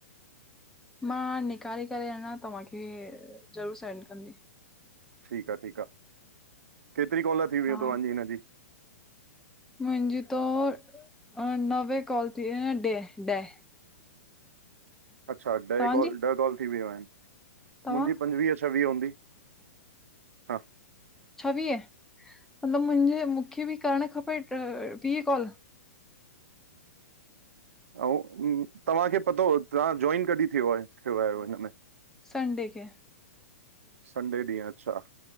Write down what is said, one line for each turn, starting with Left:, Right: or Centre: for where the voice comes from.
Centre: मां निकारे करे ह ना तव्हांखे ज़रूरु सेंड कंदी
Right: ठीकु आहे, ठीकु आहे, केतिरी कॉल थी वयूँ
Centre: हा
Right: तव्हांजी हिनजी?
Centre: मुंहिंजी तो अं नवे कॉल थी वयूं हन डे ॾ
Right: अच्छा ॾह
Centre: तव्हांजी
Right: कॉल ॾह कॉल थी वियूं आहिनि
Centre: तव्हां
Right: मुंहिंजी पंजवीह-छवीह हूंदी हा
Centre: छवीह मतलब मुंहिंजे मूंखे बि करणु खपे अ वीह कॉल
Right: अंऊँ तव्हांखे पतो तव्हां जॉइन कॾहिं थियो आहे थियो आहियो हिनमें
Centre: संडे खेे
Right: संडे ॾींहुं अच्छा,